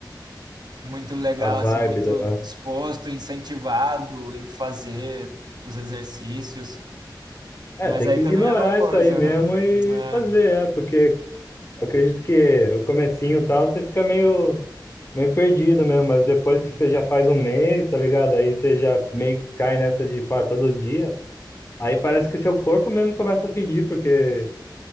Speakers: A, on the right (about 65°); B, on the left (about 35°).
A: muito legal
B: a vibe
A: assim, muito
B: da. a-
A: disposto, incentivado em fazer os exercícios.
B: É,
A: Mas
B: tem
A: aí
B: que ignorar
A: também é uma coisa,
B: isso aí mesmo
A: né?
B: e
A: Ah,
B: fazer, é, porque eu acredito que o comecinho e tal, você fica meio, meio perdido mesmo, mas depois que você já faz um mês, tá ligado? Aí você já meio que cai nessa de, pá, todo dia, aí parece que seu corpo mesmo começa a pedir, porque,